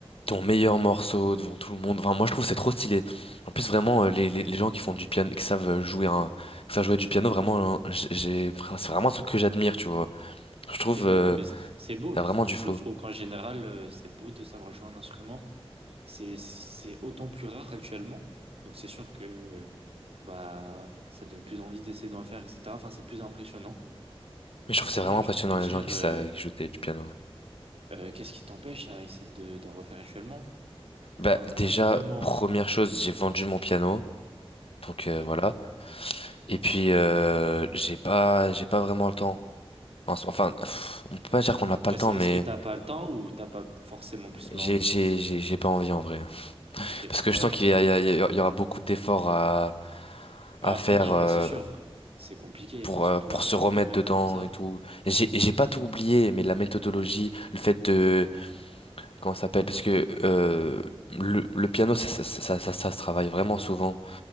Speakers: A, on the left; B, on the right.
A: ton meilleur morceau devant tout le monde. Enfin, moi, je trouve que c'est trop stylé. En plus, vraiment,
B: Hmm.
A: euh, les, les, les gens qui font du piano, qui savent euh, jouer un, qui savent jouer du piano, vraiment, euh, j'ai, j'ai- enfin, c'est vraiment un truc que j'admire, tu vois. Je trouve,
B: Ok, ouais,
A: euh,
B: non, mais c'est c'est beau.
A: t'as
B: De toute
A: vraiment
B: façon, je
A: du
B: trouve,
A: flow.
B: je trouve qu'en général, euh, c'est beau de savoir jouer un instrument. C'est, c'est autant plus rare actuellement. Donc c'est sûr que bah ça donne plus envie d'essayer d'en faire, etc. Enfin, c'est plus impressionnant. Mais
A: Mais je
B: en
A: trouve que
B: soi,
A: c'est vraiment
B: j'ai
A: impressionnant
B: envie de te dire,
A: les gens qui
B: euh,
A: savent qui jouent du piano.
B: euh, qu'est-ce qui t'empêche à essayer de, d'en refaire actuellement?
A: Bah,
B: Enfin,
A: déjà,
B: enfin, même moi
A: première
B: en soi.
A: chose, j'ai vendu mon piano. Donc
B: Ok.
A: euh, voilà. Et puis euh, j'ai pas j'ai pas vraiment le temps. En so- Enfin, pff, on peut pas dire qu'on n'a pas
B: Est-ce,
A: le temps,
B: est-ce
A: mais
B: que t'as pas le temps ou t'as pas forcément plus l'envie?
A: j'ai j'ai j'ai j'ai pas envie en vrai.
B: Ok.
A: Parce que je
B: Ouais,
A: sens
B: je
A: qu'il
B: crois.
A: y
B: Ok.
A: a, il y a- il y a- il y aura beaucoup d'efforts à
B: À
A: à faire
B: fournir,
A: euh,
B: bah c'est sûr. C'est compliqué.
A: pour
B: Enfin, surtout
A: euh, pour
B: à reprendre
A: se remettre
B: le piano
A: dedans
B: comme ça.
A: et tout.
B: Mm,
A: Et J'ai et j'ai pas tout oublié, mais la méthodologie, le fait de comment ça s'appelle, parce que euh, le le piano ça ça, ça ça ça se travaille vraiment souvent.